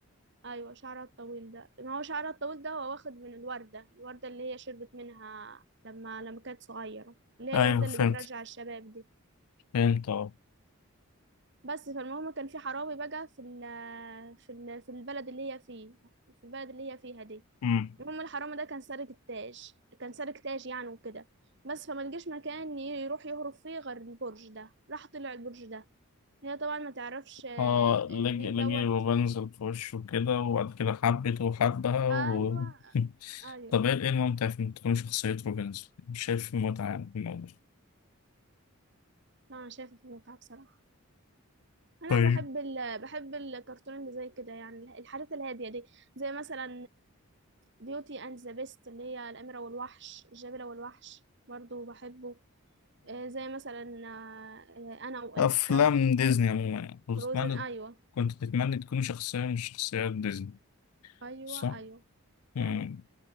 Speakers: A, on the right (about 50°); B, on the left (about 85°).
A: أيوة شعرها الطويل ده ما هو شعرها الطويل ده هو واخد من الوردة الوردة اللي هي شربت منها لما لما كانت صغيرة اللي هي
B: أيوة
A: الوردة
B: فهمت
A: اللي بترجع الشباب دي
B: فهمت اه
A: بس فالمهم كان في حراوي بقى في ال في ال في البلد اللي هي فيه في البلد اللي هي فيها دي
B: أمم
A: المهم الحرامي ده كان سارق التاج كان سارق تاج يعني وكده بس فما لقاش مكان ي- يروح يهرب فيه غير البرج ده راح طلع البرج ده هي طبعا ما تعرفش آه،
B: اه
A: آه،
B: لجي
A: مين
B: لجي
A: دوت
B: وبنزل في وشه كده وبعد كده حبته وحبها و...
A: ايوه
B: <laughs>
A: ايوه
B: طب ايه إيه الممتع في إن تكون شخصية روبنزل؟ مش شايف في متعة يعني في الموضوع
A: لا انا شايفه في المتعه بصراحه انا
B: طيب
A: بحب ال... بحب الكرتون اللي زي كده يعني الحاجات الهاديه دي زي مثلا بيوتي اند ذا بيست اللي هي الاميره والوحش الجبله والوحش برضو بحبه آه، زي مثلا آه، آه، انا وإلسا
B: أفلام ديزني عموما يعني كنت
A: فروزن
B: تتمنى
A: ايوه
B: كنت تتمنى تكون شخصية من شخصيات ديزني
A: ايوه
B: صح؟
A: ايوه
B: مم.
A: فعلا